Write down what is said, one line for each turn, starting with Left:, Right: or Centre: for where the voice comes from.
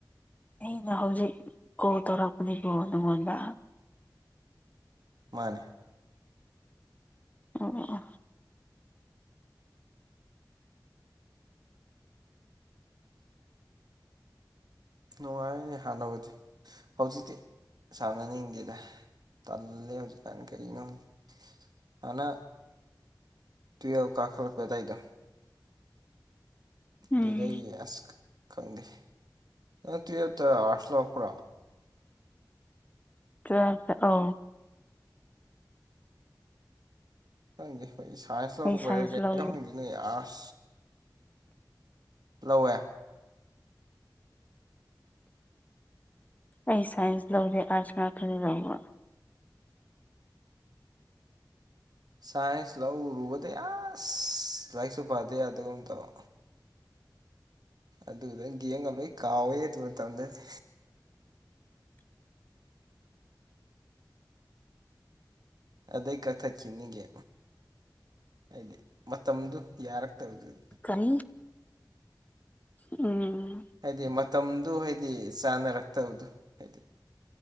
Left: ꯑꯩꯅ ꯍꯧꯖꯤꯛ ꯀꯣ ꯇꯣꯔꯥꯄꯅꯤꯕ ꯅꯉꯣꯟꯗ
Right: ꯃꯥꯅꯦ
Left: ꯑꯣ
Right: ꯅꯨꯡꯉꯥꯏꯅꯦ ꯍꯥꯟꯅꯕꯗꯤ ꯍꯧꯖꯤꯛꯇꯤ ꯁꯥꯟꯅꯅꯤꯡꯗꯦꯗ ꯇꯜꯂꯦ ꯍꯧꯖꯤꯛꯀꯥꯟ ꯀꯅꯣꯗꯦ ꯍꯅ ꯇꯨ ꯀꯥꯈꯂꯄ ꯇꯥꯏꯗ
Left: ꯎꯝ
Right: ꯑꯗꯨꯗꯒꯤ ꯑꯁ ꯈꯪꯗꯦ ꯅꯪ ꯇꯠꯇ ꯑꯁ ꯂꯄ꯭ꯔꯥ
Left: ꯇꯦ ꯑ
Right: ꯈꯪꯗꯦ ꯑꯩꯈꯣꯏ ꯁꯥꯏꯟꯁ
Left: ꯑꯩ
Right: ꯂꯧꯔꯛꯄꯔ
Left: ꯁꯥꯏꯟꯁ
Right: ꯀꯩꯅꯣ
Left: ꯂꯧꯗꯦ
Right: ꯈꯪꯗꯦ ꯅꯣꯏ ꯑꯥꯠ ꯂꯧꯧꯋꯦ
Left: ꯑꯩ ꯁꯥꯏꯟꯁ ꯂꯧꯗꯦ ꯑꯥꯔꯆꯅꯥ ꯈꯔꯤ ꯂꯎꯕ
Right: ꯁꯥꯏꯟꯁ ꯂꯧꯔꯨꯕꯗ ꯑꯁ ꯂꯥꯏꯔꯤꯛꯁꯨ ꯐꯗ ꯌꯥꯗꯨꯝ ꯇꯕ ꯑꯗꯨꯗꯪ ꯌꯦꯡꯒ ꯂꯣꯏ ꯀꯥꯎꯋꯦ ꯑꯗꯨ ꯃꯇꯝꯗꯗꯤ
Left: <unintelligible>
Right: ꯑꯗꯩ ꯀꯛꯊꯠꯈꯤꯕꯅꯤꯒꯦ ꯍꯥꯏꯗꯤ ꯃꯇꯝꯗꯨ ꯌꯥꯔꯛꯇꯕꯗꯨꯗꯤ
Left: ꯀꯔꯤ ꯎꯝ
Right: ꯍꯥꯏꯗꯤ ꯃꯇꯝꯗꯨ ꯍꯥꯏꯗꯤ ꯆꯥꯅꯔꯛꯇꯕꯗꯣ ꯍꯥꯏꯗꯤ